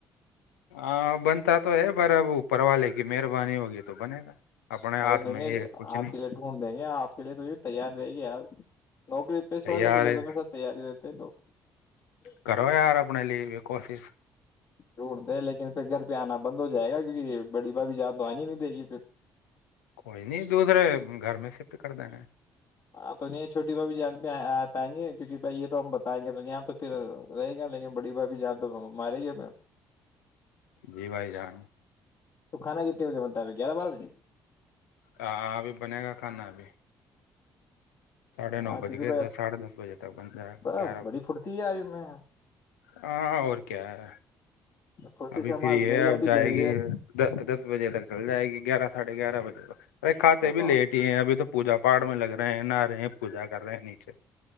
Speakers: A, on the left; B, on the left.
A: ہاں بنتا تو ہے پر اب پروا لے گی مہربانی ہوگی تو بنے گا اپنے ہاتھ
B: ارے نہیں نہیں
A: میں یہ کچھ
B: آپ
A: نہیں
B: کے لیے ڈھونڈ دیں گے آپ چلے تو تیار رہے گی نوکری پیشے
A: تیار
B: والوں کے لے
A: ہے
B: تو پیسا تیاری رہتے ہیں ل جچ
A: کرو یار اپنے لی بھی کوشش
B: ڈھونڈتے ہیں لیکن پھر گھر پہ آنا بند ہو جائے گا کیونکہ بڑی بھابھی جان تو آنی نہیں دے گی پھر
A: کوئی نہیں دوسرے گھر میں شفٹ کر دا
B: ہاں تو نہیں چھوٹی بھا بھیھی جان پہ آ پائیں گے کیونکہ بھائی یہ تو ہم بتائیں گے تو یہاں تو پھر رہے گا لیکن بڑی بھھی جان تو مارے گی ہم
A: جی بھائی جان
B: تو کھانا کتنے بجے بنتا ہے گیارہ بارہ بجے
A: ہ ابھی بنے گا کھانا ابھی ساڑھے
B: ہاں
A: نو بج
B: کیونکہ
A: کے
B: بھائی
A: دس ساڑھے دس بجے تک بن جائے گا
B: بس
A: گیارہ
B: بڑی
A: ب
B: پھرتی ہے یار ان میں
A: ہاں اور کیا ہے
B: پھرتی
A: ابھی
B: سے ہمار
A: فری ہے
B: دیکھ لیا
A: اب
B: ابھی
A: جائے
B: گئی
A: گی
B: ہے
A: دس بجے تک چل جائے گی گیارہ ساھے گار بجے تک ارے کھاتے
B: کیا
A: بھی
B: بات
A: لیٹ
B: ہے
A: ہی ہیں ابھی تو پوجا پاڑ میں لگ رہے ہیں نہا رہے ہیں پوجا کر رہے ہیں نیچے